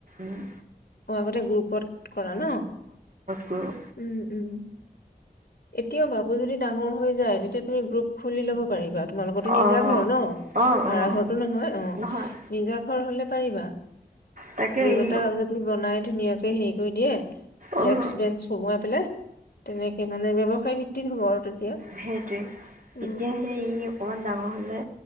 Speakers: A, on the right; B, on the left.
A: উম
B: অ', আগতে গ্ৰুপত কৰা ন
A: কৰোঁ
B: উম উম এতিয়াও ভাবু যদি ডাঙৰ হৈ যায় তেতিয়া আপুনি গ্ৰুপ খুলি ল'ব পাৰিব তোমালোকো নিজা
A: অঁ
B: ঘৰ ন
A: অঁ
B: ভাড়া
A: অঁ
B: ঘৰৰতটো নহয় অ
A: নহয়
B: নিজা ঘৰ হলে পাৰিবা
A: তাকে
B: ৰুম
A: ই
B: এটা যদি বনাই ধুনীয়াকে হেৰি কৰি দিয়ে
A: অঁ
B: ডেক্ক বেঞ্চ সোমোৱাই পেলাই তেনেকে মানে ব ফাই ফফট হ'ব আৰু তেতিয়া।
A: সেইটোৱে
B: উম,
A: এতিয়া সেই ই অকমান ডাঙৰ হলে